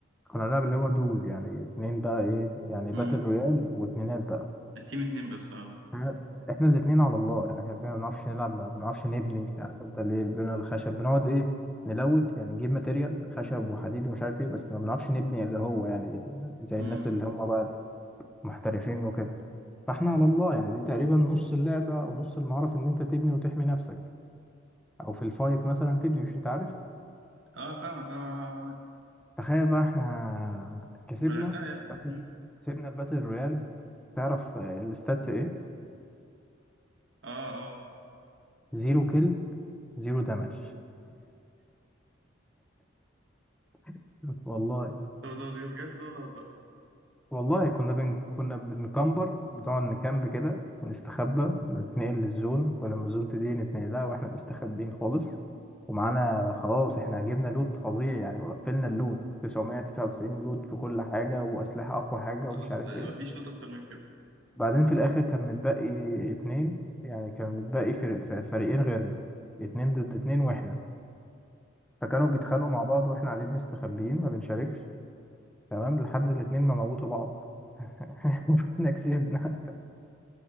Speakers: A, in the centre; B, on the right (about 65°).
A: كنا بنلعب اللي هو دوز يعني اتنين بقى ايه يعني
B: امم
A: باتل رويال واتنينات بقى
B: التيم اتنين بس اه
A: احنا احنا الاتنين على الله يعني احنا الاتنين ما بنعرفش نلعب ما بنعرفش نبني يعني انت ليه البنى الخشب بنقعد ايه نلوت يعني نجيب ماتيريال خشب وحديد ومش عارف ايه بس ما بنعرفش نبني اللي هو يعني زي
B: امم
A: الناس اللي هم بقى محترفين وكده فاحنا على الله يعني دي تقريبا نص اللعبة او نص المهارة في ان انت تبني وتحمي نفسك او في الفايت مثلا تبني مش انت عارف
B: اه فاهمك اه آه، آه.
A: تخيل بقى احنا كسبنا
B: لعبتها يا ابني مم.
A: كسبنا الباتل رويال تعرف آه، الستاتس ايه
B: اه آه.
A: زيرو كيل زيرو دامج <laughs> والله
B: ده ده ده بجد ده ولا هزار
A: والله كنا بن... كنا بنكمبر بنقعد نكامب كده ونستخبى ونتنقل للزون ولما الزون تدي نتنقل لها واحنا مستخبيين خالص ومعانا خلاص احنا جبنا لوت فظيع يعني وقفلنا اللوت 999 لوت في كل حاجة وأسلحة أقوى حاجة
B: خلاص
A: ومش عارف
B: آه،
A: ايه
B: مفيش نقطة أكتر من كده
A: بعدين في الآخر كان متبقي اتنين يعني كان متبقي فر- ف- فريقين غيرنا اتنين ضد اتنين واحنا فكانوا بيتخانقوا مع بعض واحنا قاعدين مستخبيين ما بنشاركش تمام لحد الاتنين ما موتوا بعض <laughs> احنا كسبنا